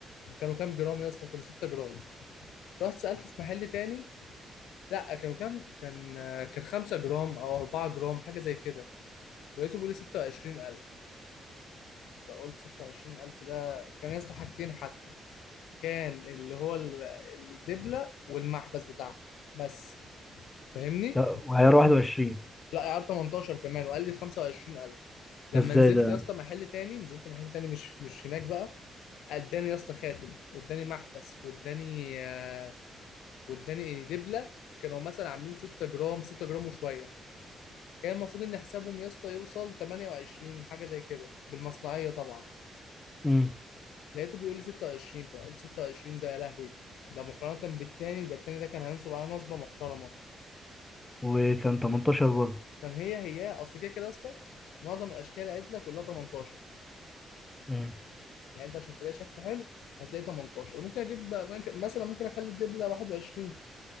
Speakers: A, on the left; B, on the left.
A: وكانوا كام جرام يا اسطى كانوا 6 جرام رحت سألت في محل تاني لا كانوا كام كان كان 5 جرام او 4 جرام حاجه زي كده لقيته بيقول لي 26000 فقلت 26000 ده كان يا اسطى حاجتين كان اللي هو ال- الدبلة والمحبس بتاعها بس فاهمني
B: ده وعيار 21
A: لا عيار 18 كمان وقال لي 25000
B: ده
A: لما
B: ازاي
A: نزلت
B: ده يعني
A: يا اسطى محل تاني نزلت محل تاني مش مش هناك بقى اداني يا اسطى خاتم واداني محبس واداني آه، واداني دبلة كانوا مثلا عاملين 6 جرام 6 جرام وشوية كان المفروض ان حسابهم يا اسطى يوصل 28 حاجة زي كده بالمصنعية طبعا
B: مم.
A: لقيته بيقول لي 26 فانا قلت 26 ده يا لهوي ده مقارنة بالتاني ده التاني ده كان هينصب على نصبة محترمة
B: وكان 18 برضه
A: عشان هي هي اصل كده كده يا اسطى معظم الاشكال اللي قالت لك كلها 18
B: مم.
A: يعني انت عشان تلاقي شكل حلو هتلاقي 18 ممكن اجيب ممكن- مثلا ممكن اخلي الدبله 21